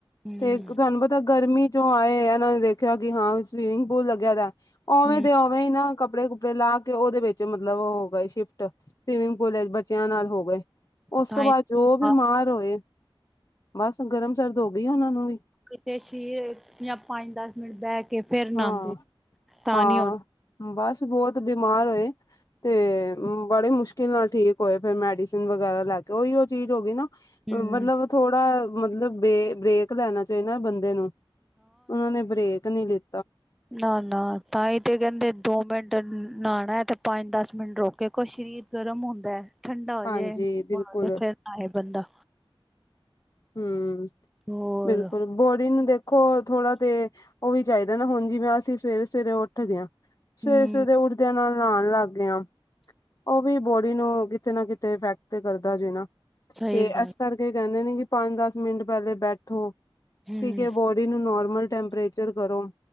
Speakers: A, in the centre; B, on the left.
A: ਹੂੰ
B: ਤੇ ਤੁਹਾਨੂੰ ਪਤਾ ਗਰਮੀ ਚੋਂ ਆਏ ਆ ਇਹਨਾਂ ਨੇ ਦੇਖਿਆ ਕਿ ਹਾਂ ਸਵੀਮਿੰਗ ਪੂਲ ਲੱਗਿਆ ਦਾ ਓਵੇਂ
A: ਹੂੰ
B: ਦੇ ਉਵੇਂ ਹੀ ਨਾ। ਕੱਪੜੇ ਕੁੱਪੜੇ ਲਾ ਕੇ ਉਹਦੇ ਵਿੱਚ ਮਤਲਬ ਹੋ ਗਏ ਸ਼ਿਫਟ ਸਵੀਮਿੰਗ ਪੂਲ ਬੱਚਿਆਂ ਨਾਲ ਹੋ ਗਏ। ਉਸ
A: ਤਾਂਹੀ
B: ਤੋਂ ਬਾਅਦ ਜੋ ਬਿਮਾਰ
A: ਹਾਂ
B: ਹੋਏ ਬਸ ਗਰਮ ਸਰਦ ਹੋ ਗਈ ਉਹਨਾ ਨੂੰ ਵੀ।
A: ਕਿਥੇ ਸ਼ਰੀਰ ਜਾਂ ਪੰਜ ਦਸ ਮਿੰਟ ਬਹਿ ਕੇ ਫੇਰ ਨਾਂਦੇ
B: ਹਾਂ
A: ਤਾਂ
B: ਹਾਂ,
A: ਨੀ ਹੋਣ
B: ਬਸ ਬਹੁਤ ਬਿਮਾਰ ਹੋਏ ਤੇ ਬੜੀ ਮੁਸ਼ਕਿਲ ਨਾਲ ਠੀਕ ਹੋਏ ਫਿਰ ਮੈਡੀਸਿਨ ਵਗੈਰਾ ਲੈ ਕੇ ਉਹੀ ਉਹ ਚੀਜ਼ ਹੋ ਗਈ ਨਾ
A: ਹੂੰ
B: ਮਤਲਬ ਥੋੜਾ ਮਤਲਬ ਬੇ ਬ੍ਰੇਕ ਲੈਣਾ ਚਾਹੀਦਾ ਬੰਦੇ ਨੂੰ ਉਹਨਾਂ ਨੇ ਬ੍ਰੇਕ ਨਹੀਂ ਲਿੱ
A: ਨਾ-ਨਾ, ਤਾਂਹੀ ਤੇ ਕਹਿੰਦੇ ਦੋ ਮਿੰਟ ਨਹਾਣਾ ਤੇ ਪੰਜ ਦਸ ਮਿੰਟ ਰੁੱਕ ਕੇ ਕੁਛ। ਸਰੀਰ ਗਰਮ ਹੁੰਦਾ ਠੰਡਾ ਹੋਜੇ
B: ਹਾਂਜੀ
A: ਤੇ ਉਸ ਤੋਂ
B: ਬਿਲਕੁਲ
A: ਬਾਅਦ ਫਿਰ ਨਹਾਏ ਬੰਦਾ।
B: ਹੂੰ,
A: ਹੋਰ
B: ਬਿਲਕੁਲ ਬੋਡੀ ਨੂੰ ਦੇ ਦੇਖੋ ਥੋੜਾ ਤੇ ਉਹ ਵੀ ਚਾਹੀਦਾ ਨਾ ਹੁਣ ਜਿਵੇਂ ਅਸੀਂ ਸਵੇਰੇ ਸਵੇਰੇ ਉੱਠਦੇ ਆ।
A: ਹੂੰ
B: ਸਵੇਰੇ ਸਵੇਰੇ ਉੱਠਦਿਆਂ ਨਾਲ ਨਹਾਣ ਲੱਗ ਗਿਆ ਉਹ ਵੀ ਬੋਡੀ ਨੂੰ। ਕਿਤੇ ਨਾ ਕਿਤੇ ਇਫੈਕਟ ਤੇ ਕਰਦਾ ਜੇ ਨਾ
A: ਸਹੀ
B: ਤੇ
A: ਗੱਲ
B: ਇਸ ਕਰਕੇ ਕਹਿੰਦੇ ਨੇ ਕਿ ਪੰਜ ਦਸ ਮਿੰਟ ਪਹਿਲੇ ਬੈਠੋ
A: ਹੂੰ
B: ਠੀਕ ਐ ਬੋਡੀ ਨੂੰ ਨੋਰਮਲ ਟੈਂਪਰੇਚਰ ਕਰੋ।